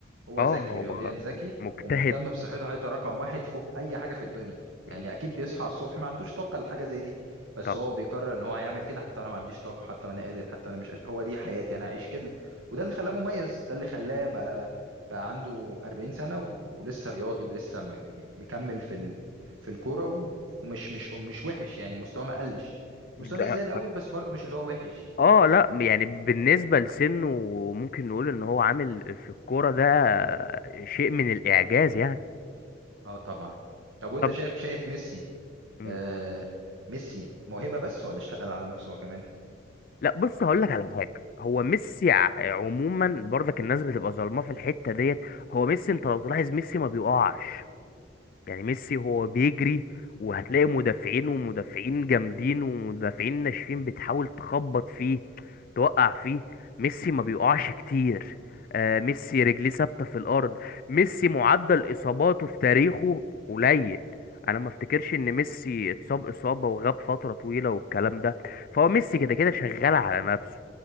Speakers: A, on the right (about 90°); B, on the left (about 45°).
A: هو
B: اه
A: ذكي
B: هو
A: رياضيا ذكي
B: مجتهد
A: ومهتم بصحته هيبقى رقم واحد فوق اي حاجه في الدنيا يعني
B: مم.
A: اكيد بيصحى الصبح ما عندوش طاقه لحاجه زي دي بس
B: طبعا
A: هو بيقرر ان هو هيعمل كده حتى انا ما عنديش طاقه حتى انا قادر حتى انا مش قادر هو دي حياتي انا هعيش كده وده اللي خلاه مميز ده اللي خلاه بقى بقى عنده 40 سنه ولسه رياضي ولسه م- يعني مكمل في ال... في الكوره و... ومش مش ومش وحش يعني مستواه ما قلش
B: ده
A: مستواه مش زي الاول بس برضه مش اللي هو وحش يعني
B: اه لا يعني بالنسبة لسنه ممكن نقول ان هو عامل في الكورة ده شيء من الاعجاز يعني
A: اه طبعا طب وانت
B: طب
A: شايف شايف ميسي
B: مم.
A: آه ميسي موهبة بس ولا اشتغل على نفسه هو كمان
B: لا بص هقول لك على حاجة هو ميسي ع- عموما برضك الناس بتبقى ظالماه في الحتة ديت هو ميسي انت لو تلاحظ ميسي ما بيقعش يعني ميسي هو بيجري وهتلاقي مدافعين ومدافعين جامدين ومدافعين ناشفين بتحاول تخبط فيه توقع فيه ميسي ما بيقعش كتير آه ميسي رجليه ثابته في الارض ميسي معدل اصاباته في تاريخه قليل انا ما افتكرش ان ميسي اتصاب اصابه وغاب فتره طويله والكلام ده فهو ميسي كده كده شغال على نفسه